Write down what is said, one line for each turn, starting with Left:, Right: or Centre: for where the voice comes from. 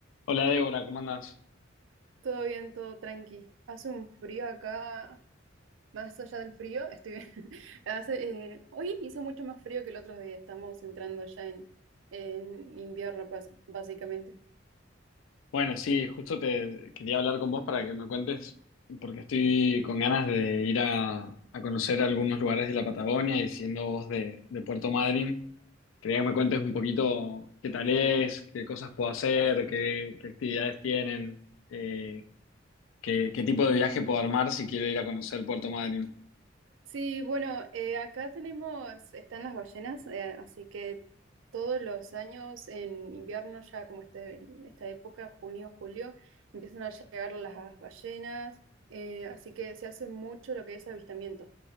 Left: Hola Débora, ¿cómo andas?
Right: Todo bien, todo tranqui. Hace un frío acá, más allá del frío, estoy bien. <laughs> Hace, eh, hoy hizo mucho más frío que el otro día, estamos entrando ya en, en invierno, pas- básicamente.
Left: Bueno, sí, justo te quería hablar con vos para que me cuentes, porque estoy con ganas de ir a, a conocer algunos lugares de la Patagonia y siendo vos de, de Puerto Madryn, quería que me cuentes un poquito qué tal es, qué cosas puedo hacer, qué, qué actividades tienen, eh, qué, qué tipo de viaje puedo armar si quiero ir a conocer Puerto Madryn.
Right: Sí, bueno, eh, acá tenemos, están las ballenas, eh, así que todos los años en invierno, ya como este, en esta época, junio, julio, empiezan a llegar las ballenas, eh, así que se hace mucho lo que es avistamiento.